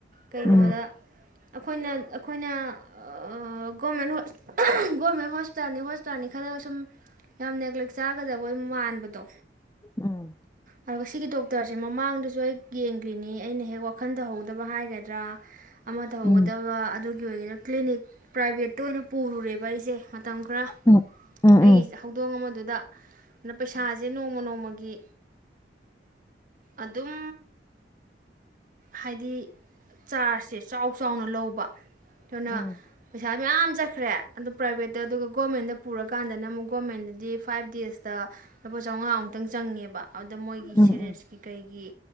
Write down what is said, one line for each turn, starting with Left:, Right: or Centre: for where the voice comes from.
Right: ꯀꯩꯅꯣꯗ
Left: ꯎꯝ
Right: ꯑꯩꯈꯣꯏꯅ ꯑꯩꯈꯣꯏꯅ ꯍꯣꯚꯦꯔꯅꯃꯦꯟꯠ ꯍꯣꯁꯣꯏꯇꯥꯜ ꯒꯣꯚꯦꯔꯅꯃꯦꯟꯠ ꯍꯣꯁꯣꯏꯇꯜꯅꯤ ꯍꯤꯁꯣꯏꯇꯜꯅꯤ ꯈꯂꯒ ꯌꯥꯝ ꯉꯒꯣꯔꯀꯔ ꯆꯇꯒꯗ ꯃꯟꯕꯗꯣ
Left: ꯎꯝ
Right: ꯑꯗꯣ ꯁꯤꯒꯤ ꯗꯣꯆꯣꯔ ꯁꯦ ꯃꯪꯗꯁꯨ ꯁꯨ ꯍꯦꯛ ꯌꯦꯡꯗ꯭ꯔꯤꯅꯤ ꯑꯩꯅ ꯍꯦꯛ ꯋꯥꯈꯟ ꯇꯧꯍꯧꯗꯕ ꯍꯥꯏꯒ ꯇ꯭ꯔꯥ ꯑꯃ ꯇꯧꯍꯧꯒꯗꯕ
Left: ꯎꯝ
Right: ꯑꯗꯨꯒꯤ ꯑꯣꯏꯒꯦꯔ ꯀ꯭ꯂꯤꯅꯤꯛ ꯄ꯭ꯔꯥꯏꯕꯦꯠꯇ ꯑꯣꯏꯅ ꯄꯨꯔꯨꯔꯦꯕ ꯑꯩꯁꯦ ꯃꯇꯝ ꯈꯔ
Left: ꯎꯝ ꯎꯝ ꯎꯝ
Right: ꯑꯩꯒꯤ
Left: ꯎꯝ
Right: ꯍꯧꯗꯣꯡ ꯑꯃꯗꯨꯗ ꯑꯗꯨ ꯄꯩꯁꯥꯁꯦ ꯅꯣꯡꯃ ꯅꯣꯡꯃꯒꯤ ꯑꯗꯨꯝ ꯍꯥꯏꯗꯤ ꯆꯥꯔꯖꯁꯦ ꯆꯥꯎ ꯆꯥꯎꯅ ꯂꯧꯕ <unintelligible>
Left: ꯎꯝ
Right: ꯄꯩꯁꯥ ꯃꯌꯥꯝ ꯆꯠꯈ꯭ꯔꯦ ꯑꯗꯨꯗꯣ ꯄ꯭ꯔꯥꯏꯚꯦꯠꯇ ꯑꯗꯨꯒ ꯒꯣꯔꯃꯦꯟꯗ ꯄꯨꯔꯀꯥꯟꯗꯅ ꯑꯃꯨꯛ ꯒꯣꯔꯃꯦꯟꯗꯗꯤ ꯐꯥꯏꯚ ꯗꯦꯖꯇ ꯂꯨꯄꯥ ꯆꯥꯝꯃꯉꯥꯃꯨꯛꯇꯪ ꯆꯪꯉꯦꯕ ꯑꯗꯨꯗ ꯃꯣꯏꯒꯤ
Left: ꯎꯝ
Right: ꯁꯦꯔꯦꯟꯁꯀꯤ
Left: ꯎꯝ
Right: ꯀꯩꯒꯤ